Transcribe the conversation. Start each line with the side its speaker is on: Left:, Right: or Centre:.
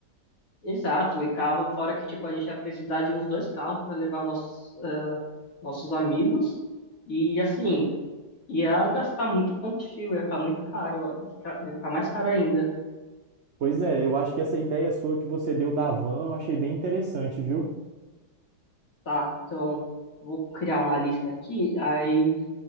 Left: Exato, e carro, fora que tipo a gente ia precisar de uns dois carros para levar nossos, eh, nossos amigos. E assim, ia gastar muito combustível, ia ficar muito caro, ia ficar ia ficar mais caro ainda.
Right: Pois é, eu acho que essa ideia sua que você deu da van, eu achei bem interessante, viu?
Left: Tá, então vou criar uma lista aqui, aí